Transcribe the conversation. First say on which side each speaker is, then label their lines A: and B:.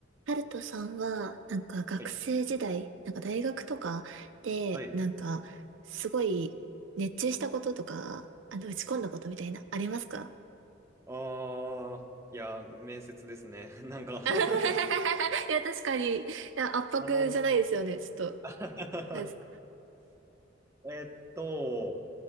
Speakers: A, on the right (about 80°); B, on the right (about 15°).
A: ハルトさんは、なんか学生時代、
B: はい
A: なんか大学とかで、
B: はい。
A: なんか、すごい熱中したこととか、あの、打ち込んだことみたいな、ありますか
B: ああ、いや、面接ですね。<laughs> なんか
A: <laughs>
B: <laughs>
A: いや、確かに。いや、圧迫じゃないですよね、
B: あの
A: ちょっと。
B: <laughs>
A: なんですか。
B: えっと、